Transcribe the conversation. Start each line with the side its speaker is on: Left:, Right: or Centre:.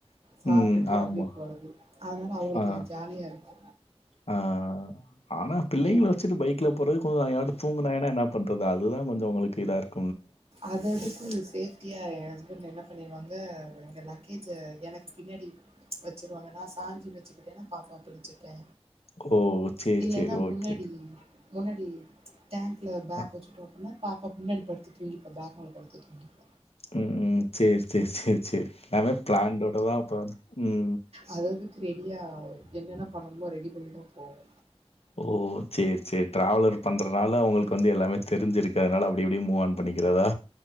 Right: சாப்ட்டுட்டு
Left: ம். ஆமா.
Right: அப்டியே வர்றது அதனால அவங்களுக்கு
Left: ஆ.
Right: அது ஜாலியா இருக்கு
Left: ஆ. ஆனா பிள்ளைங்கள
Right: ம்
Left: வச்சிட் பைக்ல போறது கொஞ்சொ அவெங்க பாட்டுக்கு தூங்குனாங்கன்னா என்னா பண்றது அதுதா கொஞ்சொ ஒங்களுக்கு இதாருக்
Right: அத அதுக்கு சேப்ட்டியா ஏ ஹஸ்பெண்ட் என்ன பண்ணிருவாங்க எங்க லக்கேஜ்ஜ எனக்கு பின்னாடி வச்சிருவாங்க நா சாஞ்சி வச்சுக்கிட்டேன்னா பாப்பா புடிச்சிப்பே
Left: ஓ! சரி,
Right: இல்லேன்னா
Left: சரி. ஓகே.
Right: முன்னாடி முன்னாடி டேங்க்ல பேக்
Left: அ.
Right: வச்சுக்குருவாப்ல. பாப்பா முன்னாடி படுத்து தூங்கிருவா. பேக்ல படுத்து தூங்கிருவா.
Left: ம் ம் சேர் சேர் சேர் சேர் எல்லாமே பிளான்டோடதா அப்ப ம்
Right: அததுக்கு ரெடியா என்னென்ன பண்ணணுமோ ரெடி பண்ணிதா போவோ.
Left: ஓ சேர் சேர் டிராவலர் பண்றனால உங்கள்க்கு வந்து எல்லாமே தெரிஞ்சிருக்கு அதனால அப்டி இப்டி மூவ் ஆன் பண்ணிக்கிறதா?